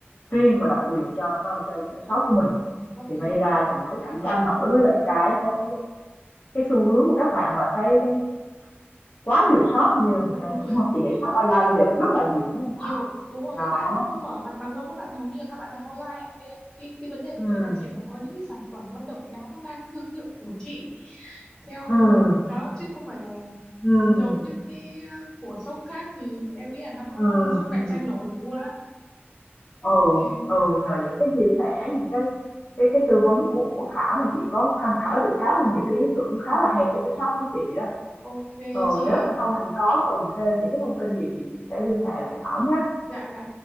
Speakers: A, on the left; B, on the left.
A: riêng và độc quyền cho cho cho cho shop của mình,
B: nó
A: thì
B: phải
A: may ra thì mới cạnh tranh nổi với lại cái cái cái cái cái xu hướng của các bạn và cái cái quá nhiều shop như
B: dạ,
A: hiện nay,
B: đúng rồi
A: đúng không? Chị nghĩ shop online bây giờ cũng rất là nhiều, đúng không
B: nhiều
A: Thảo?
B: đúng rồi
A: Đó,
B: các bạn không mở mặt bằng đâu các bạn hầu như là các bạn làm online à thế là cái cái vấn đề của
A: ừm,
B: chị là chị phải có những cái sản phẩm nó độc đáo nó mang thương hiệu của chị theo
A: ừm,
B: đó chứ không phải là
A: ừm,
B: giống giống những cái ờ, của shop khác thì em nghĩ là nó nó
A: ừm,
B: không không
A: ừm,
B: cạnh tranh nổi được luôn á
A: ừ,
B: ok
A: ừ, nhờ những cái chia sẻ, những cái cái cái tư vấn của Thảo mà chị có tham khảo được khá là nhiều cái ý tưởng khá là hay cho cái shop của chị đó.
B: ok
A: Ừ,
B: chị
A: nếu mà sau này có cần thêm những cái thông tin gì thì chị sẽ liên hệ lại Thảo nhé.
B: dạ dạ